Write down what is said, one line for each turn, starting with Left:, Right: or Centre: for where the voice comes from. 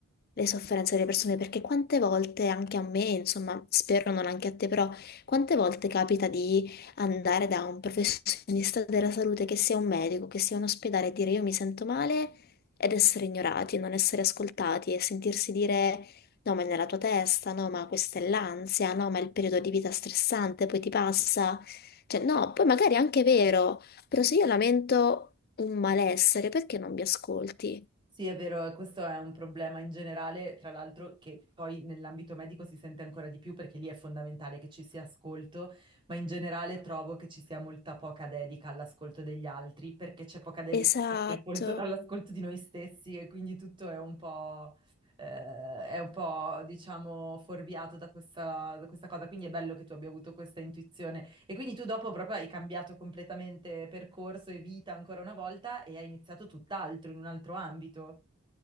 Left: le sofferenze delle persone, perché quante volte, anche a me, insomma, spero non anche a te, però quante volte capita di andare da un professionista della salute, che sia un medico, che sia un ospedale, e dire io mi sento male ed essere ignorati, non essere ascoltati e sentirsi dire... No, ma è nella tua testa, no, ma questa è l'ansia, no, ma è il periodo di vita stressante, poi ti passa. Cioè, no, poi magari è anche vero, però se io lamento un malessere, perché non mi ascolti?
Right: Sì, è vero, eh, questo è un problema in generale, tra l'altro che poi nell'ambito medico si sente ancora di più perché lì è fondamentale che ci sia ascolto, ma in generale trovo che ci sia molta poca dedica all'ascolto degli altri perché c'è poca dedica
Left: Esatto.
Right: all'ascolto all'ascolto di noi stessi e quindi tutto è un po', eh, è un po', diciamo, fuorviato da questa, da questa cosa. Quindi è bello che tu abbia avuto questa intuizione E quindi tu dopo proprio hai cambiato completamente percorso e vita ancora una volta e hai iniziato tutt'altro, in un altro ambito.